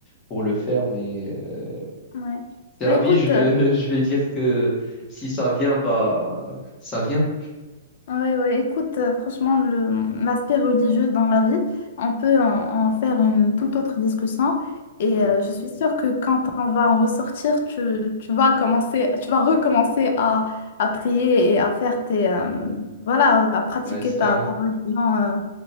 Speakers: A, on the left; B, on the left.
A: pour le faire. Mais euh,
B: ouais.
A: c'est
B: Bah,
A: la
B: écoute.
A: vie, je veux,
B: euh,
A: <laughs> je vais dire que si ça vient, bah, ça vient.
B: Oui, oui, écoute, euh, franchement, le, l'aspect religieux dans la vie, on peut en, en faire une toute autre discussion. Et
A: Ouais,
B: euh, je suis sûre que quand on va en ressortir, tu, tu vas commencer, tu vas recommencer à, à prier et à faire tes, euh, voilà, à pratiquer
A: pas espérant,
B: ta, ta religion euh,